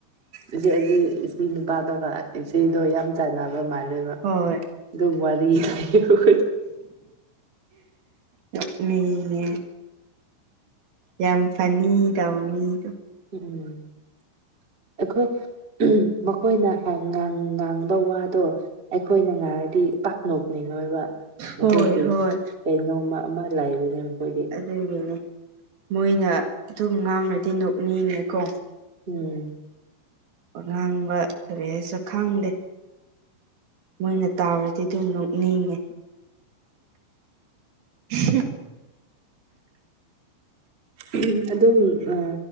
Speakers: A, on the right; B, on the right.
A: ꯏꯆꯦ ꯑꯩꯗꯤ ꯏꯆꯦ ꯅꯨꯄꯥꯗꯣꯒ ꯏꯆꯦꯗꯣ ꯌꯥꯝ ꯆꯥꯟꯅꯕ ꯕ ꯃꯥꯂꯦꯕ
B: ꯍꯣꯏ
A: ꯑꯗꯨꯝ ꯋꯥꯔꯤ ꯂꯩꯌꯦꯕ ꯑꯩꯈꯣꯏ
B: ꯅꯣꯛꯅꯤꯡꯉꯦ ꯌꯥꯝ ꯐꯟꯅꯤꯗꯧ ꯃꯤꯗꯣ
A: ꯎꯝ ꯑꯩꯈꯣꯏ ꯃꯈꯣꯏꯅ ꯉꯥꯡ ꯉꯥꯡꯕ ꯋꯥꯗꯣ ꯑꯩꯈꯣꯏꯅ ꯉꯥꯡꯔꯗꯤ ꯄꯥꯛ ꯅꯣꯛꯅꯤꯡꯉꯣꯏꯕ ꯃꯈꯣꯏꯒꯤ
B: ꯍꯣꯏ ꯍꯣꯏ
A: ꯀꯩꯅꯣꯝꯃ ꯑꯃ ꯂꯩꯕꯅꯦ ꯃꯈꯣꯏꯗꯤ
B: ꯑꯗꯨꯒꯤꯅꯦ ꯃꯣꯏꯅ ꯑꯗꯨꯝ ꯉꯥꯡꯔꯗꯤ ꯅꯣꯛꯅꯤꯡꯉꯦꯀꯣ
A: ꯎꯝ
B: ꯋꯥ ꯉꯥꯡꯕ ꯀꯔꯤ ꯍꯥꯏꯁꯤꯔ ꯈꯪꯗꯦ ꯃꯣꯏꯅ ꯇꯥꯎꯔꯗꯤ ꯑꯗꯨꯝ ꯅꯣꯛꯅꯤꯡꯉꯦ <unintelligible>
A: ꯎꯍꯨꯝ ꯑꯗꯨꯝ ꯑ